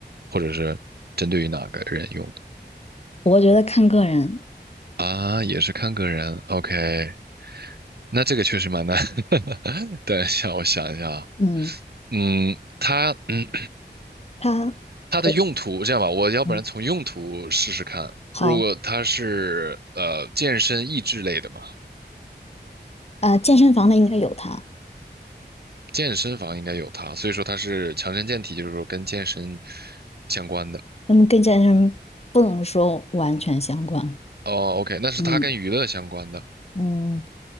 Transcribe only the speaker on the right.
或者是针对于哪个人用的？
啊，也是看个人，OK，那这个确实蛮难。<laughs> 等一下，我想一下啊，
嗯，它，<clears throat> 嗯。
它的用途，这样吧，我要不然从用途试试看。
如果它是呃健身益智类的嘛，
健身房应该有它，所以说它是强身健体，就是说跟健身相关的。
哦，OK，那是它跟娱乐相关的。